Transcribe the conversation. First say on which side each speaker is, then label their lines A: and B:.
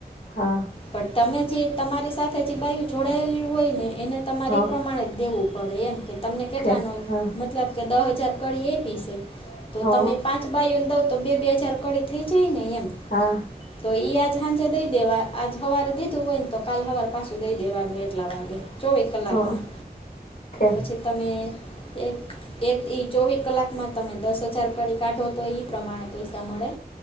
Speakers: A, on the left; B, on the left.
A: હા.
B: પણ તમે જે તમારી સાથે જે બાઈયુ જોડાયેલું હોય ને એને તમારે
A: હા
B: એ પ્રમાણે જ દેવું પડે એમ કે તમને કેટલાનો
A: ઠે હા
B: મતલબ મે દ હજાર કરી એ પીસે તો
A: હ હા
B: તમે પાંચ બાઈ દઉ તો બે બે હજાર કડી થઈ જાય ને એમ.
A: હા.
B: તો ઈ આજ હાજે દઈ દેવા આજ હવારે દીધું હોય ને તો કાલ હવાર પાછું દઈ દેવાનું એટલા વાગે. ચોવીસ કલાકમાં
A: હા ઠે
B: પછી તમે એક એક ઈ ચોવીસ કલાકમાં તમે દસ હજાર કરી કાઢો તો એ પ્રમાણે પૈસા મળે.